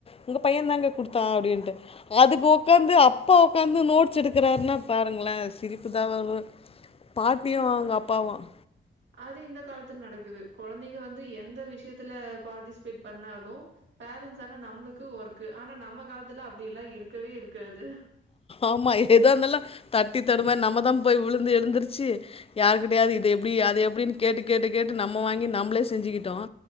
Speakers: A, on the left; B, on the right.
A: உங்கள் பையன தாங்க கொடுத்தா அப்படின்ட்டு அதுக்கு உட்காந்து அப்பா உடக்காந்து நோட்ஸ் எடுக்கிறாருன்னா பாருங்களே சிரிப்பு தான் வரும் பாட்டியும்
B: ஆமா
A: அவங்க அப்பாவும்
B: அது இந்த காலத்து நடக்குது குழந்தைங்க வந்து எந்த விஷயத்துல பார்ட்டிசிபேட் பண்ணாலும் பேரண்ட்ஸ் ஆனா நம்மளுக்கு ஒர்க் ஆனா நம்ம காலத்துல அப்படிய எல்லாம் இருக்கவே இருக்காது
A: ஆமா எத இருந்தாலும் தட்டி தடுமாறி நம்மதான் போய் விழுந்து எழுந்துருச்சு யாரு கிடையாவது இது எப்படி அது எப்படின்னு கேட்டு கேட்டு கேட்டு நம்ம வாங்கி நம்மளே செஞ்சுகிட்டோம்